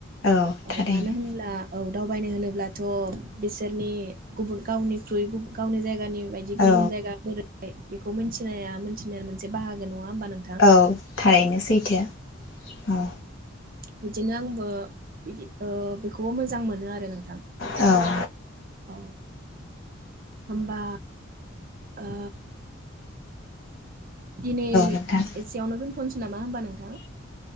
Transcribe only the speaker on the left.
औ
थारैनो
औ
औ थारैनो सैथो औ।
औ।
नोंथां